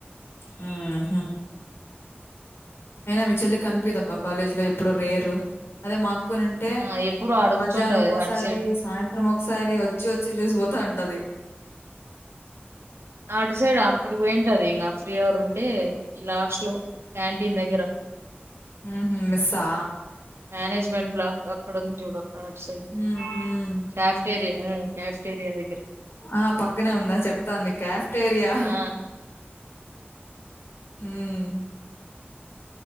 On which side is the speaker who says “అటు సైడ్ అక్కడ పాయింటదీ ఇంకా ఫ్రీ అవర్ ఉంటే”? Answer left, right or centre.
Right